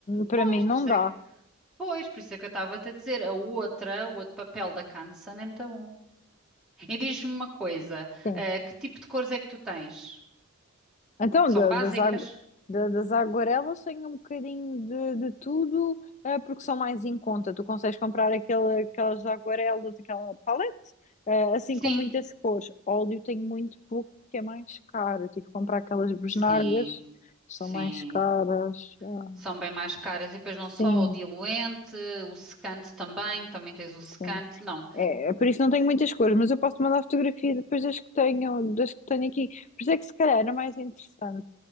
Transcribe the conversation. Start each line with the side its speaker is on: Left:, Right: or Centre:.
Left: Para
Centre: Pois,
Left: mim não
Centre: por isso
Left: dá.
Centre: é, pois, por isso é que eu estava-te a dizer, a outra, o outro papel da Canson é muito bom. E diz-me uma coisa,
Left: Sim.
Centre: ah, que tipo de cores é que tu tens?
Left: Então,
Centre: São
Left: da-
Centre: básicas?
Left: das, agu- da- das aguarelas tenho um bocadinho de, de tudo, eh, porque são mais em conta. Tu consegues comprar aquele, aquelas aguarelas, aquela palete, eh, assim
Centre: Sim,
Left: com muitas cores. Óleo tenho muito pouco, porque é mais caro. Eu tive que comprar aquelas bisnagas,
Centre: sim,
Left: são
Centre: sim.
Left: mais caras. Ah,
Centre: São bem mais caras e depois não
Left: Sim,
Centre: só o diluente, o secante também, também tens o secante,
Left: sim.
Centre: não.
Left: É, é por isso não tenho muitas cores, mas eu posso mandar a fotografia depois das que tenho, das que tenho aqui. Por isso é que se calhar era mais interessante